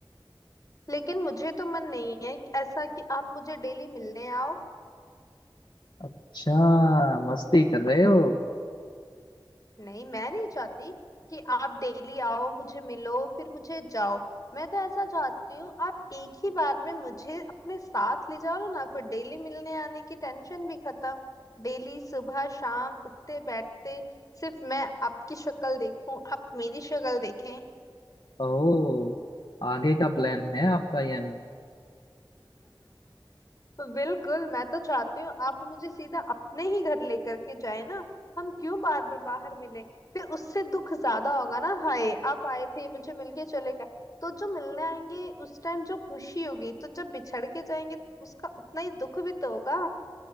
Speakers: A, on the left; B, on the left.
A: लेकिन मुझे तो मन नहीं है कि- ऐसा कि आप मुझे डेली मिलने आओ
B: अच्छा मस्ती कर रहे हो
A: नहीं मैं नहीं चाहती कि आप डेली आओ मुझे मिलो फिर मुझे जाओ मैं तो ऐसा चाहती हूँ आप एक ही बार में मुझे अपने साथ ले जाओ ना फिर डेली मिलने आने की टेंशन भी खत्म डेली सुबह शाम उठते बैठते सिर्फ मैं आपकी शक्ल देखूं आप मेरी शक्ल देखें
B: ओह आगे का प्लान है आपका यानी
A: बिल्कुल मैं तो चाहती हूँ आप मुझे सीधा अपने ही घर लेकर के जाए ना हम क्यों बार बार बाहर मिले फिर उससे दुख ज्यादा होगा ना हाय आप आए थे मुझे मिलके चले गए तो जो मिलने आएंगे उस टाइम जो खुशी होगी तो जब बिछड़ के जाएंगे तो उसका उतना ही दुख भी तो होगा